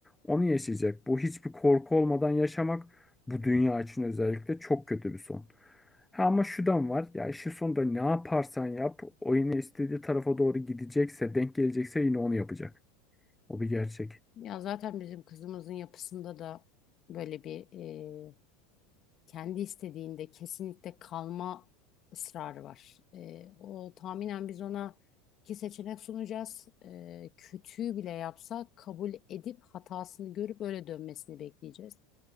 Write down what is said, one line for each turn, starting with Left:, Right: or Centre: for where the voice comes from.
Centre: Onu yaşayacak. Bu hiçbir korku olmadan yaşamak bu dünya için özellikle çok kötü bir son. Ha ama şudan var. Ya işin sonunda ne yaparsan yap o yine istediği tarafa doğru gidecekse, denk gelecekse yine onu yapacak. O bir gerçek.
Left: Ya zaten bizim kızımızın yapısında da böyle bir e, kendi istediğinde kesinlikle kalma ısrarı var. E, o tahminen biz ona iki seçenek sunacağız. E, kötüyü bile yapsa kabul edip hatasını görüp öyle dönmesini bekleyeceğiz.